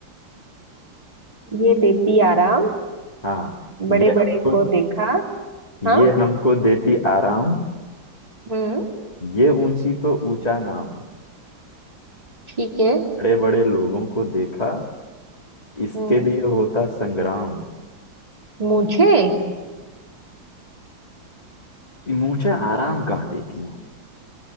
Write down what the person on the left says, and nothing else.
हाँ ये
हमको
ये हमको देती आराम
ये ऊंची तो ऊंचा नाम
बड़े बड़े लोगों को देखा इसके
लिए होता संग्राम
मूछे आराम कहाँ देती हैं